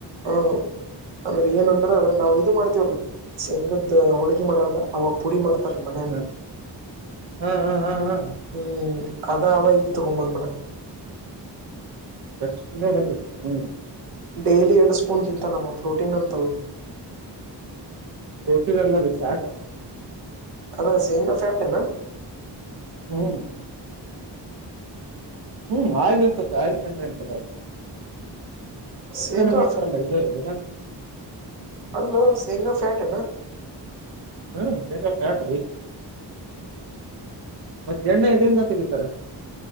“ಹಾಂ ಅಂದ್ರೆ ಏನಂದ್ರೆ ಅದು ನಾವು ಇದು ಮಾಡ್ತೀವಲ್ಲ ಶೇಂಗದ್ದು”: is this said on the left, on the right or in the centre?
Right